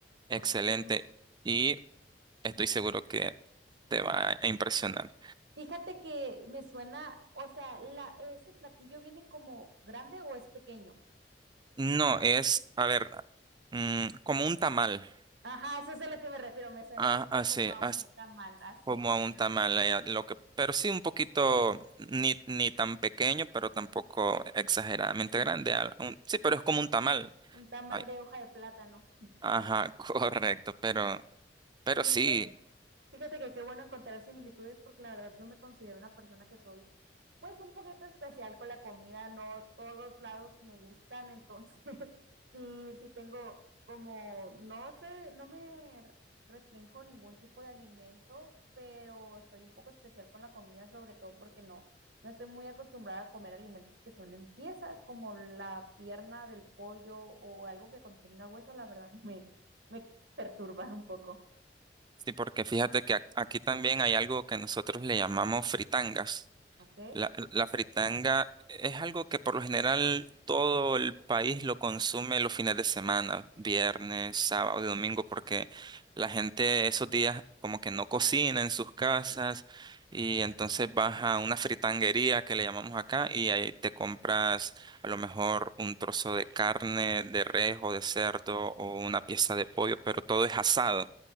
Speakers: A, on the right; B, on the right.
A: Ay,
B: Excelente.
A: qué rico.
B: Y estoy seguro que te va a impresionar.
A: Fíjate que me suena, o sea, la, ese platillo viene como grande o es pequeño.
B: No, es, a ver, mm, como un tamal.
A: Ajá, eso es a lo que me refiero, me suena
B: Ah,
A: mucho
B: así,
A: como a un
B: as-
A: tamal, así
B: como
A: exactamente.
B: a un tamal. eh, lo que, pero sí un poquito, ni, ni tan pequeño, pero tampoco exageradamente grande.
A: Sí,
B: al- un- sí, pero es como un tamal.
A: un tamal
B: Ay,
A: de hoja de plátano.
B: ajá, <laughs> correcto, pero, pero
A: Sí,
B: sí,
A: fíjate. Fíjate que qué bueno encontrar similitudes porque la verdad yo me considero una persona que soy pues un poquito especial con la comida, no todos lados me gustan, entonces <laughs> sí, sí tengo como, no sé, no me restrinjo ningún tipo de alimento, pero soy un poco especial con la comida, sobre todo porque no, no estoy muy acostumbrada a comer alimentos que son en piezas, como la pierna del pollo o algo que contenga hueso, la verdad <laughs> me, me perturba un poco,
B: sí, porque fíjate que ac- aquí también hay algo que nosotros le llamamos fritangas.
A: ¿ok?
B: La, la fritanga es algo que por lo general todo el país lo consume los fines de semana, viernes, sábado y domingo, porque la gente esos días como que no cocina en sus casas y entonces vas a una fritanguería que le llamamos acá y ahí te compras a lo mejor un trozo de carne, de res o de cerdo o una pieza de pollo, pero todo es asado.